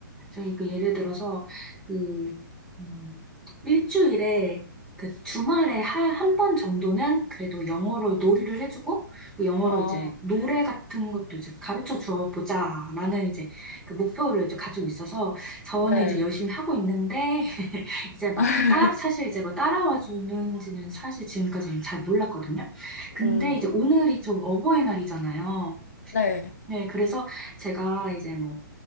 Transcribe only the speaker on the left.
어,
네.
<laughs>
음,
네.